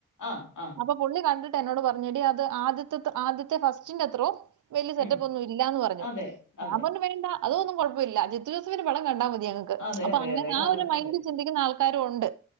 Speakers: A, on the left; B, on the right.
A: ആഹ് ആഹ്
B: അപ്പൊ പുള്ളി കണ്ടിട്ട് എന്നോട് പറഞ്ഞു എടി അത് ആദ്യത്തെത്ത ആദ്യത്തെ ഫസ്റ്റിന്റെ അത്രോം വെല്യ സെറ്റപ്പ്
A: ഉം.
B: ഒന്നും ഇല്ലാന്ന് പറഞ്ഞു
A: അതെ. അതെ.
B: ഞാൻ പറഞ്ഞു വേണ്ട അതു ഒന്നും കുഴപ്പ ഇല്ല. ജിത്തു ജോസഫ് ൻ്റെ പടം കണ്ടാ മതി ഞങ്ങൾക്ക്
A: അതെ
B: അപ്പൊ
A: അതെ
B: അങ്ങ
A: അതെ.
B: ആ
A: കാര
B: ഒരു മൈൻഡ്
A: അതെ.
B: ചിന്തിക്കുന്ന ആൾ കാരു ഉണ്ട്.